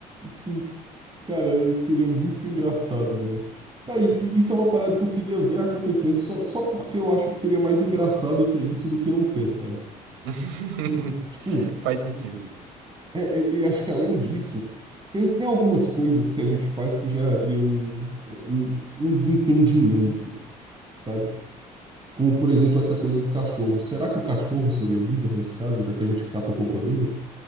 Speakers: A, on the right; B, on the right.
A: Sim, cara, seria muito engraçado, velho. Tá, e, e isso é uma parada que eu queria ver acontecendo, só, só porque eu acho que seria mais engraçado ter isso do que não ter, sabe?
B: <laughs>
A: Tipo,
B: Faz sentido.
A: é, é- e acho que além disso, tem, tem algumas coisas que a gente faz que gerariam um, um, um desentendimento, sabe? Como, por exemplo, essa coisa do cachorro. Será que o cachorro seria o líder nesse caso, já que a gente cata o cocô dele?